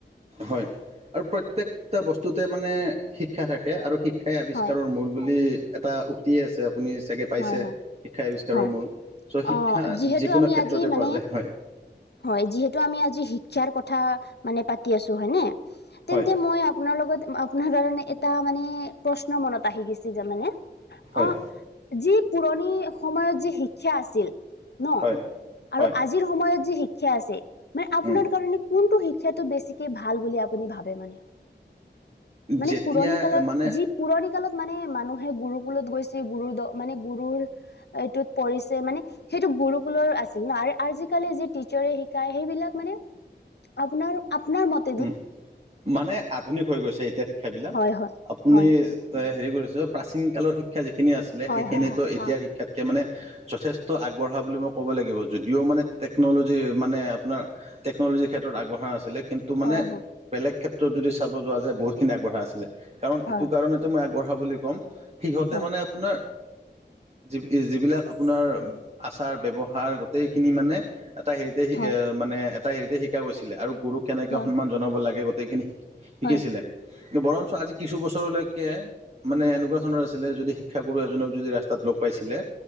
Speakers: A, on the right; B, on the left.
A: হয় আৰু প্ৰত্যেকটা বস্তুতে মানে শিক্ষা থাকে। আৰু শিক্ষাই আৱিষ্কাৰৰ
B: হয়
A: মূল বুলি এটা উক্তিয়ে আছে আপুনি চাগে পাইছে
B: হয় হয়
A: শিক্ষা আৱিষ্কাৰৰ
B: হয়
A: মূল চ' শিক্ষা
B: অ যিহেতু
A: যিকোনো
B: আমি
A: ক্ষেত্ৰতে
B: আজি মানে
A: পোৱা যায় হয়।
B: হয় যিহেতু আমি আজি শিক্ষাৰ কথা মানে পাতি আছো হয়নে
A: হয়
B: তেন্তে মই আপোনাৰ লগত আপোনাৰ কাৰণে এটা মানে প্ৰশ্ন মনত আহি গৈছে যে মানে
A: হয়
B: অ', যি পুৰণি সময়ত যি শিক্ষা আছিল ন' আৰু
A: হয় হয়
B: আজি আজিৰ সময়ত যি শিক্ষা আছে মানে আপোনাৰ
A: উম
B: কাৰণে কোনটো শিক্ষটো বেছিকে ভাল বুলি আপুনি ভাবে মানে? মানে
A: যেতিয়া
B: পুৰণি কালত
A: মানে
B: যি পুৰণি কালত মানে মানুহে গুৰু কুলত গৈছে গুৰুৰ দ মানে গুৰুৰ এইটোত পৰিছে মানে সেইটো গুৰুকুলৰ আছিল ন' আৰু আজিকালি যি টিচাৰে শিকাই সেইবিলাক মানে আপোনাৰ আপোনাৰ মত
A: উ' মানে আধুনিক হৈ গৈছে এতিয়া শিক্ষাবলাক
B: হয় হয়
A: আপুনি
B: হয়
A: হেৰি কৰিছো প্ৰাচীন কালৰ শিক্ষা যিখিনি আছিলে
B: হয়
A: সেইখিনিতো
B: হয়
A: এতিয়াৰ
B: হয়
A: শিক্ষাতকে মানে যথেষ্ট আগবঢ়া বুলি মই ক'ব লাগিব যদিও মানে টেকনলজি মানে আপোনাৰ টেকনলজিৰ ক্ষেত্ৰত আগবঢ়া নাছিল কিন্ত -মানে
B: হয় হয়
A: বেলেগ ক্ষেত্ৰত যদি চাব যোৱা যায় বহুতখিনি আগবঢ়া আছিলে কাৰণ
B: হয়
A: এইটো কাৰণে মই আগবঢ়া বুলি কম সিহঁতে
B: হয়
A: মানে আপোনাৰ যি যিবিলাক আপোনাৰ আচাৰ ব্যৱহাৰ গোটেইখিনি মানে এটা হেৰি -এ
B: হয়
A: মানে এটা হেৰিতে শিকা গৈছিলে আৰু গুৰুক কেনেকে
B: হয়
A: সন্মান জনাব লাগে গোটেইখিনি শিক শিকিছিলে
B: হয় হয়
A: কি বৰঞ্চ আজি কিছু বছৰলৈকে মানে এনেকুৱা ধৰণৰ আছিলে যদি শিক্ষাগুৰু এজনক যদি ৰাস্তাত লগ পাইছিলে।